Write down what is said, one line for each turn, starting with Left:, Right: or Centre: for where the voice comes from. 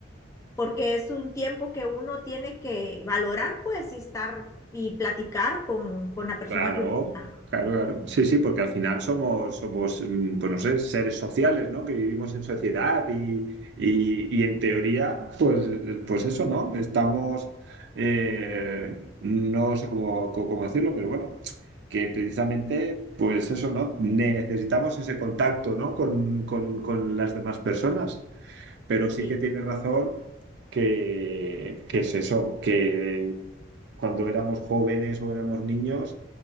Left: Porque es un tiempo que uno tiene que valorar, pues, y estar y platicar con, con la persona
Right: Claro,
Left: que uno está.
Right: claro, claro. Sí, sí, porque al final somos, somos, mm, pues no sé, seres sociales, ¿no? Que vivimos en sociedad y, y- y en teoría, pues, eh, pues eso, ¿no? Estamos, eh, no sé cómo, cómo- cómo decirlo, pero bueno, que precisamente, pues eso, ¿no? Necesitamos ese contacto, ¿no? Con, con- con las demás personas, pero sí
Left: Sí,
Right: que tienes razón que, que es eso, que cuando éramos jóvenes o éramos niños,